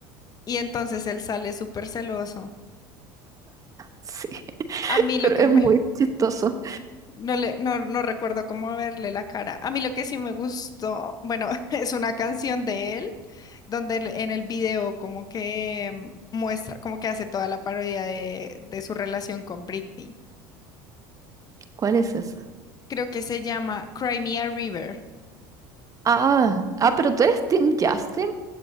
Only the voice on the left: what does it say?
Y entonces él sale súper celoso.
A mí lo
que
me...
No, le, no, no recuerdo cómo verle la cara. A mí lo que sí me gustó, bueno, <laughs> es una canción de él, donde él- en el video como que mm, muestra, como que hace toda la parodia de, de su relación con Britney.
Creo que se llama Cry Me a River.